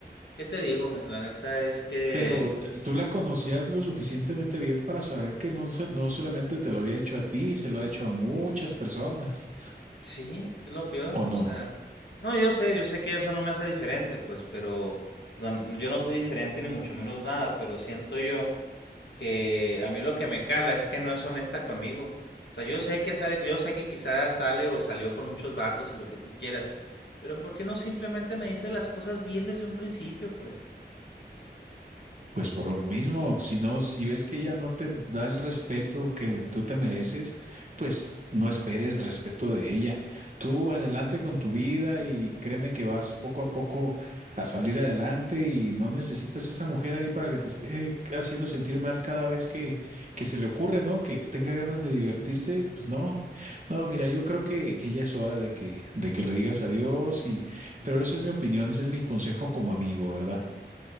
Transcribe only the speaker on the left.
¿Qué te digo, men? La neta es que
sí, es lo peor.
O
sea, no, yo sé, yo sé que eso no me hace diferente, pues, pero, o sea, n- yo no soy diferente ni mucho menos nada, pero siento yo que a mí lo que me cala es que no es honesta conmigo. O sea, yo sé que sale, yo sé que quizás sale o salió con muchos vatos y lo que tú quieras, pero ¿por qué no simplemente me dice las cosas bien desde un principio, pues?